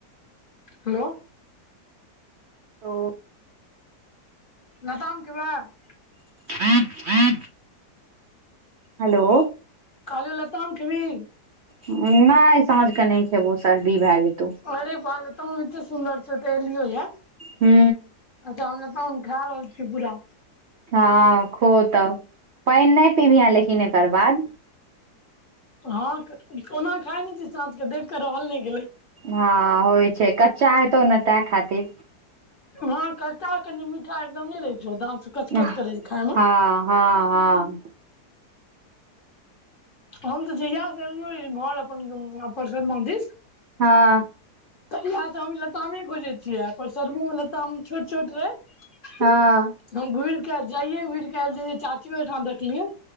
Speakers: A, on the left (about 40°); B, on the right (about 75°).
A: हेलो
B: <unintelligible> तऽ
A: लताम केँ बाग
B: ह ह <unintelligible> हेलौ
A: कहलियौ लताम खेबही
B: नहि साँझ केँ नहि खेबो सर्दी भए जेतौ
A: अरे पात एते सुन्दर छ त एलियौ या
B: हू
A: त हम लताम खा रहल छियौक पूरा
B: हँ खो तब पानि नहि पिबिहे लेकिन एकर बाद
A: हँ क ओना खाय नहि छै साँझ केंँ देख क रहल नहि गेलय
B: हँ होइ छै कच्चा हेतौ ने ताहि खातिर
A: हँ कच्चा कनि मिठा एकदम ने रहै छै जो दाॅत सँ कच
B: हँ
A: कच करैत छै खायमे
B: हँ हँ
A: हम तऽ जहियासँ से एलियो इम्हर अपन परसद मधि
B: हँ
A: तहिया से हम इ लतामे खोजइत छिय इ परसर मे लताम छोट छोट रहय
B: हँ
A: हम घुर केँ जाइये घ काल गेल इ चाचियो ओहिठाम देखलियै